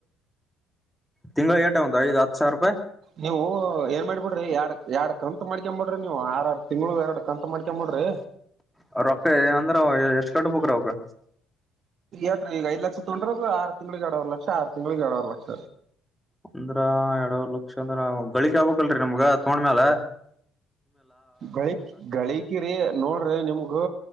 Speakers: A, in the centre; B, on the right.
A: ತಿಂಗಳಗಳು ಏಟ ಒಂದು ಐದು ಹ ಸಾವರ ರೂಪಾಯಿ
B: ನೀವು ಏನ್ ಮಾಡಬಿಡ್ರಿ ಯಡ್ ಎರಡ್ ಕಂತ್ ಮಾಡ್ಕಂಬಿಡ್ರಿ ನೀವು ಆರ ಆರ್ ತಿಂಗಳು ಎರಡ್ ಕಂತ ಮಾಡ್ಕಂಬಿಡ್ರಿ
A: ಅವ ರೊಕ್ಕ ಅಂದ್ರ ಎಷ್ಟ್ ಕಟ್ಬಕ್ ಅವಗ
B: ಎಟ್ರಿ ಈಗ ಐದು ಲಕ್ಷ ತೊಡ್ರ ಆರು ತಿಂಗಳಗ್ ಎರಡವರ್ ಲಕ್ಷ ಆರು ತಿಂಗಳಗ್ ಎರಡ್ವರ್ ಲಕ್ಷ
A: ಅಂದ್ರ ಎರಡವ ಲಕ್ಷ ಅಂದ್ರ ಗಳಿಕ ಆಗ್ಬೇಕಕ್ಲ್ರರಿ ನಮ್ಗ ತಗೊಂಡ್ಮ್ಯಾಲ
B: ಗಳ ಗಳಿಕಿರಿ ನೋಡ್ರಿ ನಿಮ್ಗ